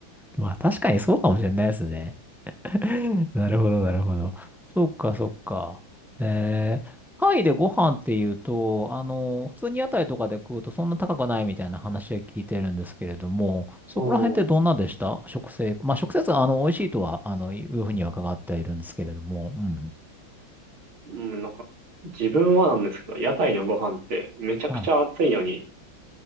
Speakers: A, in the centre; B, on the right.
A: まあ確かにそうかもしれないですね。<laughs> なるほど、なるほど。そっか、そっか。えー、タイでご飯っていうと、あの、普通に屋台とかで食うとそんな高くないみたいな話は聞いてるんですけれども、そこら辺ってどんなでした食生、
B: うん。
A: まあ食生活はあの、美味しいとは、あの、いうふうには伺っているんですけれども、うん。
B: うん、なんか、自分はなんですけど、屋台のご飯ってめちゃくちゃ暑いのに、
A: あ、